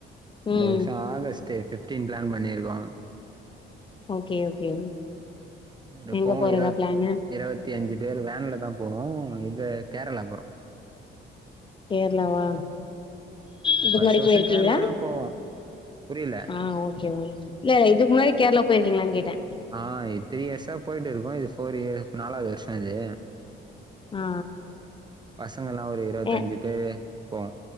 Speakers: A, on the left (about 25°); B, on the right (about 20°).
A: ம்
B: இந்த வர்ஷோ ஆகஸ்ட்டு ஃபிஃப்டீன் பிளான் பண்ணிருக்கோ
A: ஓகே ஓகே
B: எப்பவு
A: எங்க போறதா
B: இருவ
A: பிளானு
B: இருவத்தஞ்சு பேர் வேன்ல தா போவோ இது கேரளா போறோ
A: கேரளாவா இதுக்கு
B: வருஷ
A: முன்னாடி
B: வருஷோ
A: போயிருக்கீங்ளா
B: கேரளா தா போவோ புரியல
A: ஆ ஓகே ஓகே இல்ல இதுக்கு முன்னாடி கேரளா போயிருக்கீங்களான்னு கேட்டே
B: ஆ இ த்ரீ இயர்ஸா போயிட்டு இருக்கோ இது ஃபோர் இயர் நாலாவது வர்ஷோ இது
A: ஆ
B: பசங்கலா ஒரு இருவத்தஞ்சு
A: ஆ
B: பேரு போவோ